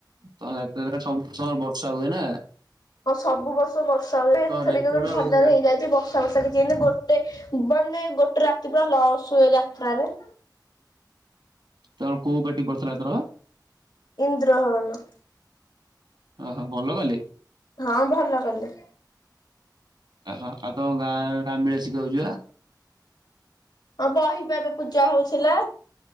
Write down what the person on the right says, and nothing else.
ତ <unintelligible> ସବୁ ସମୟର ବର୍ଷା ହୁଏ ନା।
ତ ରେକର୍ଡ
ଯା
ତମ କୋଉ ପାଟି ପଡିଥିଲା ଏଥରକ?
ଓହୋ ଭଲ ବାଲି?
ଓହୋ ଆଉ ତମ ଗାଁ ଆଡେ ଆମେ ଆସିକି କହୁଛୁ ବା?